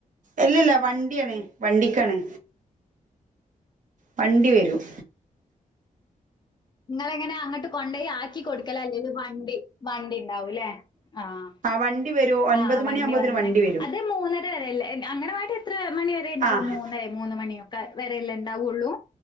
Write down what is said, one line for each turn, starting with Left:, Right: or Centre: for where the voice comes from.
Right: എല്ലെല്ല വണ്ട്യണ് വണ്ടിക്കാണ് വണ്ടി വെരും
Left: ഇങ്ങളെങ്ങനാ അങ്ങട്ട് കൊണ്ടയ് ആക്കി കൊടുക്കല അല്ലേൽ വണ്ടി വണ്ടി ണ്ടാവൂലേ ആഹ്
Right: വണ്ടി വരും ഒൻപത്
Left: ആ
Right: മണിയാകുമ്പോത്തിന്
Left: വണ്ടി വന്ന്
Right: വരും
Left: അത് മൂന്നര വരെല്ലേ അങ്ങനട്ട് എത്ര മണി വെരെ ഇണ്ടാവ
Right: ആഹ്
Left: മൂന്നരെ മൂന്ന് മണിയൊക്ക വെരല്ലേ ഇണ്ടാവൊള്ളൂ